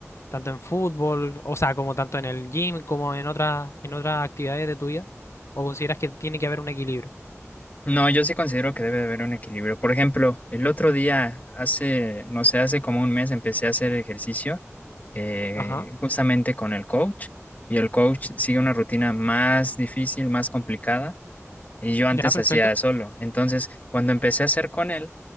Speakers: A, on the left; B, on the left.
A: tanto en fútbol, o sea, como tanto en el gym, como en otras, en otras actividades de tu vida. ¿O consideras que tiene que haber un equilibrio?
B: No, yo sí considero que debe de haber un equilibrio. Por ejemplo, el otro día, hace, no sé, hace como un mes empecé a hacer ejercicio eh,
A: Ajá.
B: justamente con el coach y el coach sigue una rutina más difícil, más complicada. Y yo antes
A: Ya, perfecto.
B: hacía solo. Entonces, cuando empecé a hacer con él,